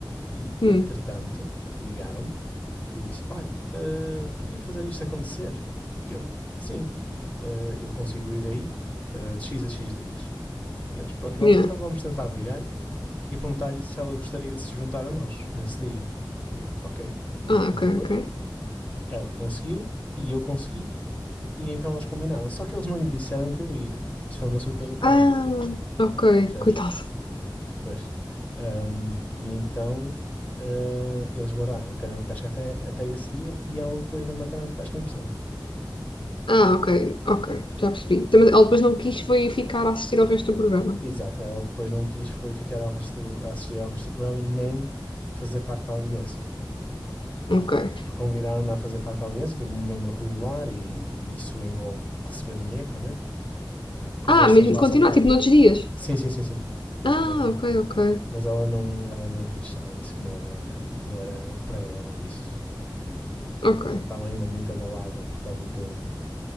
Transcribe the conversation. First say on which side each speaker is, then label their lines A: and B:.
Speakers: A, on the left (about 20°); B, on the left (about 80°).
A: e,
B: Hum,
A: entretanto, ligaram-me e disse: Olha, eh, podia fazer isto acontecer? E eu: Sim, eh, eu consigo ir aí eh, de X a X dias. E eles: Pronto, nós
B: yeah.
A: então vamos tentar ligar-lhe e perguntar-lhe se ela gostaria de se juntar a nós nesse dia. E eu: Ok, digam-me
B: Ah, ok,
A: depois.
B: ok.
A: Ela conseguiu e eu consegui e então eles combinaram. Só que eles não lhe disseram que eu ia. Isso foi uma surpresa para
B: Ah,
A: ela,
B: ok,
A: percebes?
B: coitada.
A: Pois. Ahm, e então eh, eles guardaram a cana de pesca até, até esse dia e ela depois deu uma cana de pesca em pessoa.
B: Ah, ok, ok, já percebi. Também, ela depois não quis foi ficar a assistir ao resto do programa.
A: Exato, ela depois não quis foi ficar ao resto do, a assistir ao resto do programa, nem fazer parte da audiência.
B: Ok.
A: Porque convidaram-na a fazer parte da audiência, tipo um membro regular, e, e isso envolve receber dinheiro também, eh, porque
B: Ah,
A: os extras
B: mesmo
A: lá
B: continuar,
A: são pagos.
B: tipo noutros dias.
A: Sim, sim, sim, sim,
B: Ah,
A: exatamente.
B: ok, ok,
A: Mas ela não, ela não quis, ela disse que não era, não era para ela isso. E ela
B: ok.
A: estava ainda muito abalada por causa de ter